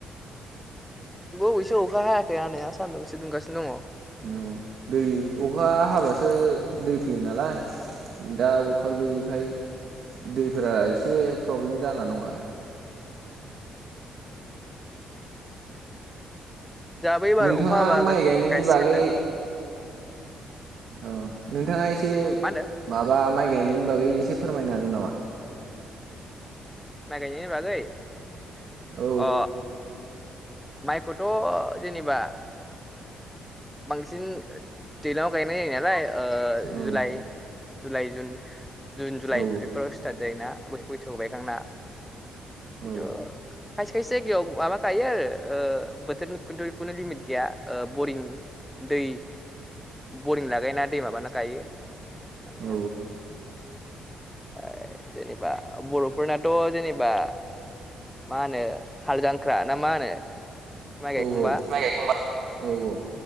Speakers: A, in the centre; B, on the right.
A: नंगौ अखा हायाखै हानाया सान्दुं एसे दुंगासिनो दङ
B: औ दै अखा हाबासो दै फैयो नालाय दा अखा गैयैखाय दैफोरा एसे प्रब्लेम जाना दं आरो
A: जोंहाबो एबार
B: नोंथाङा
A: अखा हाबा
B: माइ गायनायनि
A: गायसिगोननो
B: बागै औ नोंथाङा एसे
A: मा होनदों
B: माबा माइ गायनायनि बागै एसे फोरमायनो हागोन नामा?
A: माइ गायनायनि बागै
B: औ
A: अ मायख'थ' जेनेबा बांसिन दैलाङाव गायनाय जायो नालाय ओ
B: औ
A: जुलाइ जुलाइ जुन जुन जुलाइ
B: औ
A: बेफोराव स्टार्ट जायोना बैसागु बायखांना खिन्थु
B: औ
A: खायसे खायसे जायगायाव माबा गायो ओ बोथोरनि खिन्थु खुनु लिमिट गैया बरिं दै बरिं लागायना दै माबाना गायो आंनि
B: औ
A: आनदासाव ओ जेनेबा बर'फोरनाथ' जेनेबा मा होनो हाल जांख्रा ना मा होनो माइ गायखांबा
B: औ औ माइ गायखांबा औ औ